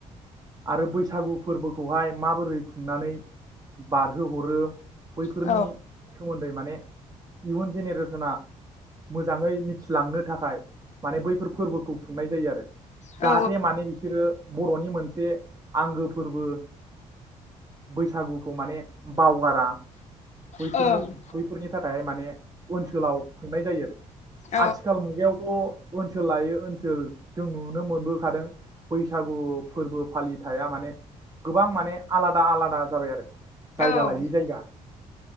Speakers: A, on the right; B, on the left.
A: आरो बैसागु फोरबोखौहाय माबोरै खुंनानै बारहोहरो? बैफोरनि
B: औ
A: सोमोन्दै माने। इउन जेनेरेसना मोजाङै मिथिलांनो थाखाय माने बैफोर फोरबोखौ खुंनाय जायो आरो।
B: औ
A: जाहाथे माने बिसोरो बर'नि मोनसे आंगो फोरबो बैसागुखौ माने बावगारा। बैफोरो
B: ओं
A: बैफ फोरनि थाखाय माने ओनसोलाव खुंनाय जायो आरो।
B: औ
A: आथिखाल मुगायावथ' ओनसोल लायै ओनसोल जों नुनो मोनबोखादों बैसागु फोर्बो फालिथाया माने गोबां माने आलादा आलादा जाबाय आरो। जायगा
B: औ
A: लायै जायगा।